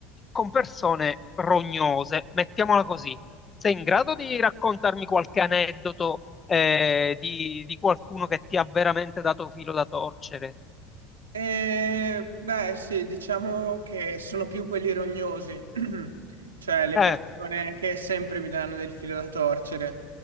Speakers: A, on the left (about 25°); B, on the right (about 85°).
A: con persone rognose, mettiamola così. Sei in grado di raccontarmi qualche aneddoto eh, di, di qualcuno che ti ha veramente dato filo da torcere?
B: Eh, beh, sì, diciamo che sono più quelli rognosi, <clears throat> cioè le
A: Eh.
B: persone che sempre mi danno del filo da torcere.